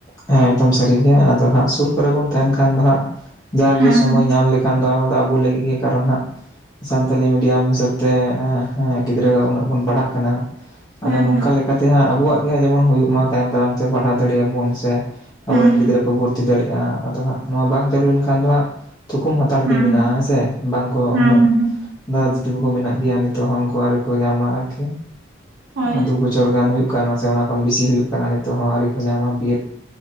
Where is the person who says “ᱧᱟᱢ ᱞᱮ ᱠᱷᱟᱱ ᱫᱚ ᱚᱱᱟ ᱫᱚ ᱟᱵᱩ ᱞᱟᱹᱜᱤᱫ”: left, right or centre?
Left